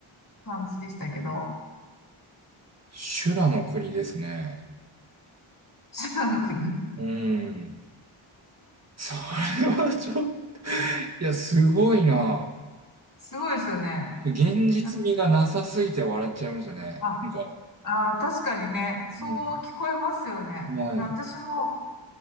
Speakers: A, on the left; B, on the right.
A: 感じでしたけど、
B: 修羅の国ですね。
A: <laughs> 修羅の国。
B: うん。それはちょっと、いや、すごいな。
A: すごいですよね。
B: 現実味がなさすぎて笑っちゃいましたね。
A: なあ、
B: なんか、
A: あー、確かにね、そう聞こえますよね。
B: うん。はい、
A: な私も、